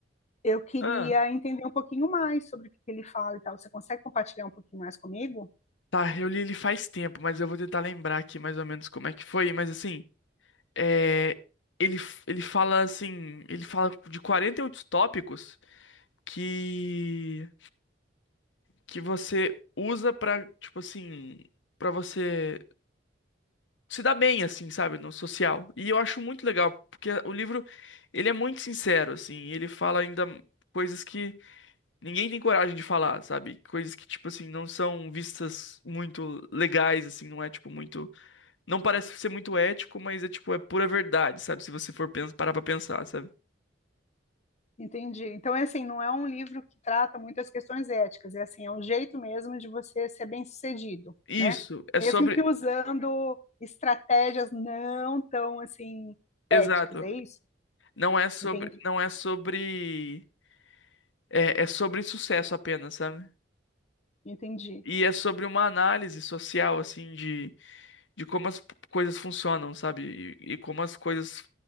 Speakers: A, on the left; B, on the left.
A: eu queria
B: Ah,
A: entender um pouquinho mais sobre o que que ele fala e tal. Você consegue compartilhar um pouquinho mais comigo?
B: tá, eu li ele faz tempo, mas eu vou tentar lembrar aqui mais ou menos como é que foi. Mas assim, é... ele, ele fala assim: ele fala de 48 tópicos que, que você usa pra, tipo assim, pra você se dá bem, assim, sabe, no social. E eu acho muito legal, porque o livro, ele é muito sincero, assim, e ele fala ainda coisas que ninguém tem coragem de falar, sabe? Coisas que, tipo assim, não são vistas muito legais, assim, não é, tipo, muito... Não parece ser muito ético, mas é, tipo, é pura verdade, sabe? Se você for pen- parar pra pensar, sabe?
A: Entendi. Então, é assim, não é um livro que trata muitas questões éticas, é assim, é um jeito mesmo de você ser bem-sucedido,
B: Isso,
A: né?
B: é
A: Mesmo
B: sobre...
A: que usando estratégias não tão assim
B: Exato.
A: éticas, é isso?
B: Não é sobre...
A: Entendi,
B: Não é sobre... É, é sobre sucesso apenas, sabe?
A: entendi,
B: E é sobre uma análise social, assim, de de como as coisas funcionam, sabe? E, e como as coisas